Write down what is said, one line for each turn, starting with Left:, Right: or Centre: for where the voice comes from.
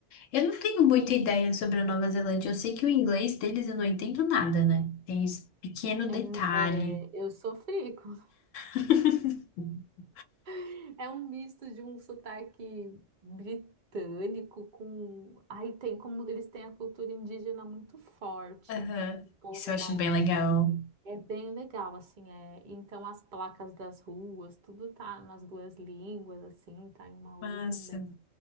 Left: Eu não tenho muita ideia sobre a Nova Zelândia. Eu sei que o inglês deles eu não entendo nada, né? Tem esse pequeno
Right: É,
Left: detalhe.
Right: é, é, eu sofri. com-
Left: <laughs>
Right: <laughs> É um misto de um sotaque britânico com. Aí tem como eles têm a cultura indígena muito forte,
Left: Aham.
Right: o povo
Left: Isso eu acho
Right: maori.
Left: bem legal.
Right: É bem legal, assim, é. Então as placas das ruas, tudo tá nas duas línguas, assim, tá em Maori
Left: Massa.
Right: também.